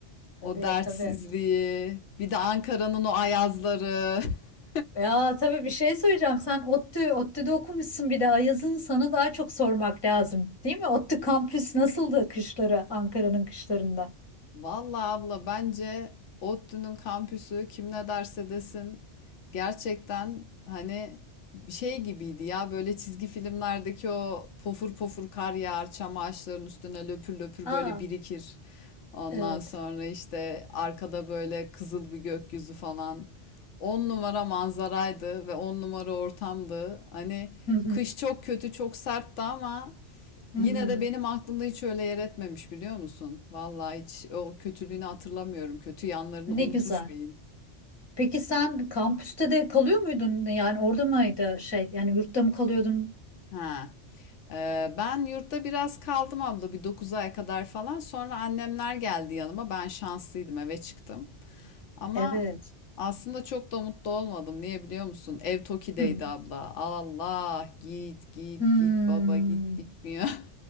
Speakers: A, on the left; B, on the left.
A: tabii
B: o dertsizliği,
A: tabii.
B: bir de Ankara'nın o ayazları. <laughs>
A: Ya tabii bir şey söyleyeceğim. Sen ODTÜ, ODTÜ'de okumuşsun bir de Ayaz'ın sana daha çok sormak lazım. Değil mi? ODTÜ kampüs nasıldı kışları, Ankara'nın kışlarında?
B: Vallahi abla bence ODTÜ'nün kampüsü kim ne derse desin gerçekten hani şey gibiydi ya böyle çizgi filmlerdeki o pofur pofur kar yağar çam ağaçlarının üstüne löpür löpür
A: Aa,
B: böyle birikir. Ondan
A: evet.
B: sonra işte arkada böyle kızıl bir gökyüzü falan. On numara manzaraydı ve on numara ortamdı. Hani
A: Hı hı,
B: kış çok kötü çok sertti ama
A: hı
B: Yine
A: hı.
B: de benim aklımda hiç öyle yer etmemiş biliyor musun? Vallahi hiç o kötülüğünü hatırlamıyorum. Kötü yanlarını
A: Ne
B: unutmuş
A: güzel.
B: beyin.
A: Peki sen kampüste de kalıyor muydun? Yani orada mıydı şey? Yani yurtta mı kalıyordun?
B: Ha. Ee, ben yurtta biraz kaldım abla bir 9 ay kadar falan. Sonra annemler geldi yanıma. Ben şanslıydım eve çıktım. Ama
A: Evet.
B: aslında çok da mutlu olmadım. Niye biliyor musun? Ev Toki'deydi
A: Hı.
B: abla. Allah git git
A: Hmm.
B: git baba git bitmiyor. <laughs>